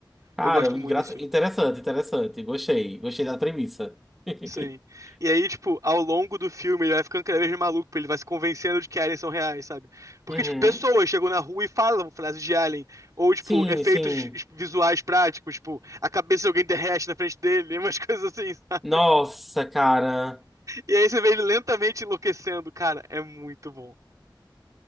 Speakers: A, in the centre; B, on the right.
A: Cara,
B: Eu gosto
A: engraça-
B: muito desse filme.
A: interessante, interessante. Gostei, gostei da premissa. <laughs>
B: Sim. E aí, tipo, ao longo do filme, ele vai ficando cada vez mais maluco, porque ele vai se convencendo de que aliens são reais, sabe? Porque,
A: Uhum.
B: tipo, pessoas chegam na rua e falam frases de alien, ou, tipo,
A: Sim,
B: efeitos
A: sim.
B: visuais práticos, tipo, a cabeça de alguém derrete na frente dele, <laughs> umas coisas assim, sabe?
A: Nossa, cara.
B: E aí você vê ele lentamente enlouquecendo, cara, é muito bom.